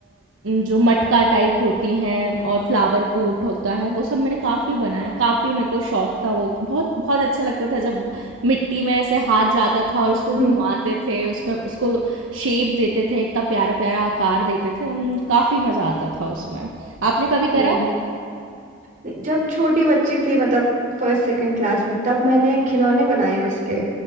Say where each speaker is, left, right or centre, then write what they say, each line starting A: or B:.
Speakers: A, on the right (about 75°); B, on the right (about 40°).
A: जो मटका टाइप होती हैं और फ्लावर पॉट होता है वो सब मैंने काफ़ी बनाया काफ़ी मेरे को शौक था वो बहुत बहुत अच्छा लगता था जब मिट्टी में ऐसे हाथ जाता था और उसको
B: हम्म
A: घुमाते थे उसमें उसको शेप देते थे इतना प्यारा प्यारा आकार देते थे हम काफ़ी मज़ा आता था उसमें आपने कभी
B: हम्म
A: करा है
B: नहीं, जब छोटी बच्ची थी मतलब फर्स्ट सेकंड क्लास में तब मैंने खिलौने बनाए हैं उसके